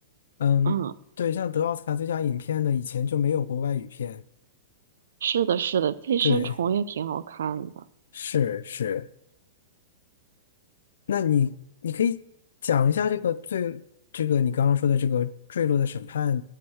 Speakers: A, on the left; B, on the right.
A: 嗯，
B: 嗯，
A: 对，像得奥斯卡最佳影片的以前就没有过外语片，
B: 是的，是的，《寄生虫》也挺好看的。
A: 对，是是，那你你可以讲一下这个最这个你刚刚说的这个《坠落的审判》，